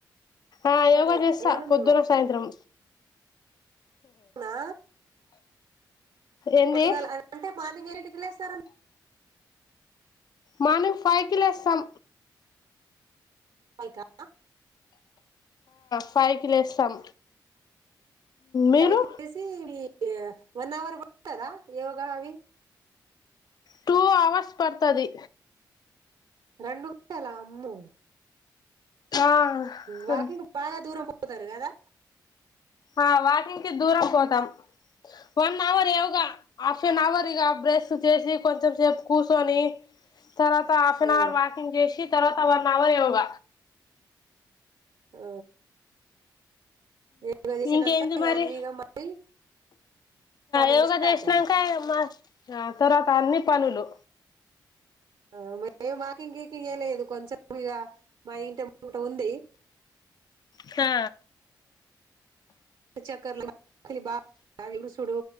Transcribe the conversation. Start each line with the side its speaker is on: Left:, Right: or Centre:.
Left: ఆ
Right: సరే
Left: యోగా చేస్తా
Right: భలే ఉంది
Left: పొద్దున
Right: బాబు
Left: సాయంత్రం
Right: అవునా
Left: ఏంది
Right: పొద్దుగాల అంటే మార్నింగ్ ఏంటికి లేసారన్
Left: మనం ఫైవ్ కి లేస్తం
Right: ఫైవ్ కా
Left: ఫైవ్ కి లేస్తాం మీరు
Right: పై కేసి ఆ వన్ అవర్ పడత్ టారా యోగా అవి
Left: టూ అవర్స్ పడతది
Right: రెండు గుంజల అమ్ము
Left: ఆ
Right: వాకింగ్ బాగా దూరం పోతారు కదా
Left: ఆ వాకింగ్కి దూరం పోతాం one hour yoga half an hour ఇక బ్రెస్ చేసి కొంచెం సేపు కూసోని తర్వాత హాఫ్ అన్
Right: ఆ
Left: అవర్ వాకింగ్ చేసి తర్వాత వన్ అవర్ యోగ
Right: ఆ యోగా చేసినంక
Left: ఇంకేంది
Right: ఇగ
Left: మరి
Right: అన్ని ఇగ మళ్ళీ పనులు
Left: యోగా
Right: స్టార్ట్
Left: చేసినంక
Right: ఇగ
Left: మా ఆ తర్వాత అన్ని పనులు
Right: ఆ మర్ ఏం మాకింగ్ కీకింగ్ ఏ లేదు కొంచెం ఇక మా ఇంటి ఎంబట ఉంది
Left: హా
Right: చక్కర్లో కిలి బాగా ఉడ్సుడు